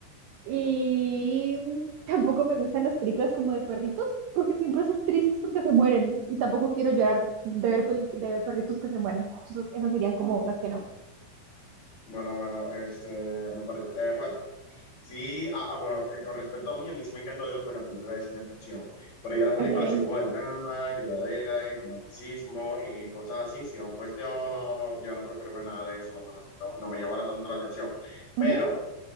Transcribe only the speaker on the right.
Y tampoco me gustan las películas como de perritos, porque siempre son tristes porque se mueren. Y tampoco quiero llorar de ver, peli- de ver perritos que se mueren. Entonces, esas serían como las que no.
Ok.
Ujú.